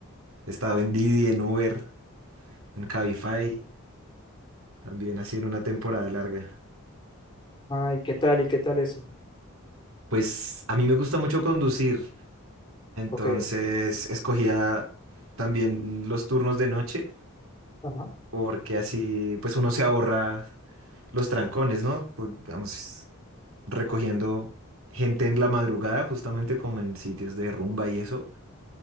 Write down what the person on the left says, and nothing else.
ay, ¿qué tal y qué tal eso?
Ok.
Ajá.